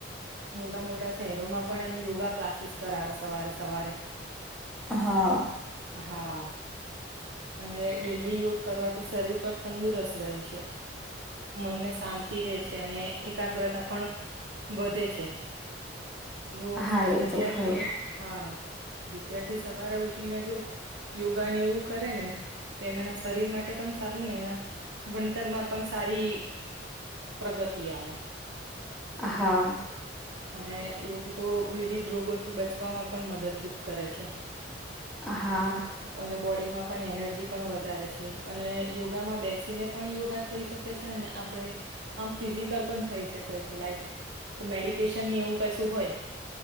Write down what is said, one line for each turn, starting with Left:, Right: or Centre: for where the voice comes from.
Right: મોટા મોટા શહેરોમાં પણ એમ યોગા ક્લાસીસ કરાવે સવારે સવારે.
Centre: હા.
Right: હા અને ડેલી યોગ કરવાથી શરીર પર તંદુરસ્ત રહે છે. મનને શાંતિ રહે છે અને એકાગ્રતા પણ વધે છે. જો
Centre: હા એ
Right: વિદ્યાર્થી
Centre: તો ખરું
Right: હા વિદ્યાર્થી સવારે ઉઠીને જો યોગાને એવું કરે ને તો એમ એના શરીર માટે પણ સારું ને એના ભણતરમાં પણ સારી પ્રગતિ આવે
Centre: હા.
Right: અને યોગ તો વિવિધ રોગોથી બચવામાં પણ મદદરૂપ કરે છે.
Centre: હા
Right: અને બોડીમાં પણ એનર્જી પણ વધારે છે અને યોગામાં બેસ્ટ તેને પણ યોગા થઈ શકે કે છે ને આપડે આમ ફિઝિકલ પણ થાય છે. થઈ શકે છે લાઈટ કે મેડિટેશનની એવું કશું હોય,